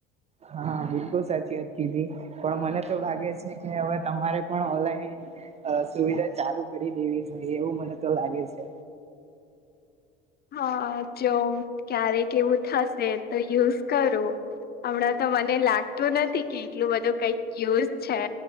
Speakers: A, on the right (about 25°); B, on the left (about 30°).
A: હા બિલકુલ સાચી વાત કીધી પણ મને તો લાગે છે કે હવે તમારે પણ ઓનલાઈન અ સુવિધા ચાલુ કરી દેવી જોઈએ એવું મને તો લાગે છે
B: હા જો ક્યારેક એવું થશે તો યુઝ કરું હમણાં તો મને લાગતું નથી કે એટલું બધું કઈક યુઝ છે